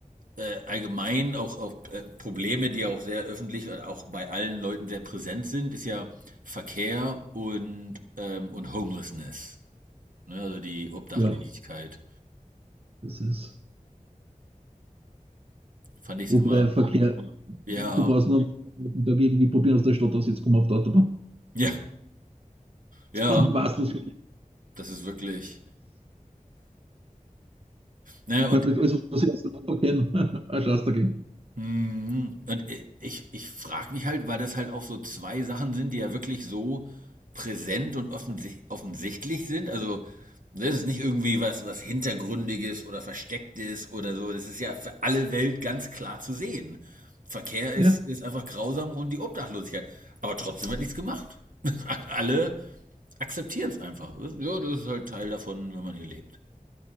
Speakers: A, on the right; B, on the right.
A: äh, allgemein auch, auch äh, Probleme, die auch sehr öffentlich und auch bei allen Leuten sehr präsent sind, ist ja Verkehr und, ähm, und Homelessness. Ne? Also die Obdachlosigkeit.
B: ja, das ist.
A: Fand ich
B: Wobei
A: es immer,
B: Verkehr,
A: ja,
B: du brauchst noch dagegen, irgendwie probieren aus der Stadt aus jetzt auszukommen auf der Autobahn.
A: ja, ja,
B: <laughs> Dann weißt du, was
A: das ist wirklich. Ne? Und
B: Weil bei alles, was ich aus der Lotto kenne, <laughs> ein Schatz dagegen. <laughs>
A: Mhm. Und i- ich, ich frage mich halt, weil das halt auch so zwei Sachen sind, die ja wirklich so präsent und offensi offensichtlich sind. Also, das ist nicht irgendwie was, was Hintergründiges oder Verstecktes oder so. Das ist ja für alle Welt ganz klar zu sehen. Verkehr ist,
B: Ja,
A: ist einfach grausam und die Obdachlosigkeit. Aber trotzdem wird nichts gemacht. <laughs> Alle akzeptieren es einfach. Das- Ja, das ist halt Teil davon, wenn man hier lebt.